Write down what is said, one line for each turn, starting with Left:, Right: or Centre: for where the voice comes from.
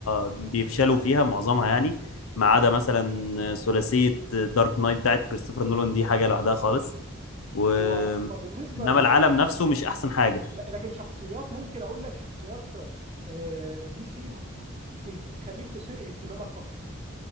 Left: بيفشلوا فيها معظمها يعني
Right: آه.
Left: ما عدا مثلا ثلاثيه دارك نايت بتاعت كريستوفر نولان دي حاجه لوحدها
Right: أيوه
Left: خالص
Right: آه.
Left: و
Right: هو هو بالنسبة
Left: انما
Right: ل...
Left: العالم نفسه مش احسن حاجه
Right: لا، لكن شخصيات ممكن أقول لك شخصيات آه، دي سي م- ته- تخليك تثير اهتمامك أكتر